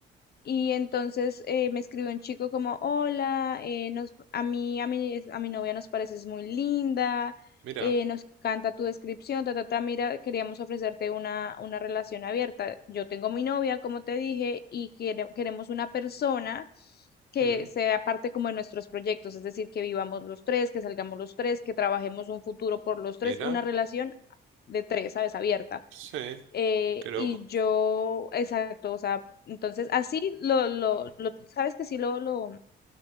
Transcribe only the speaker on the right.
Mira.
mm,
mira.
Sí.
Qué loco.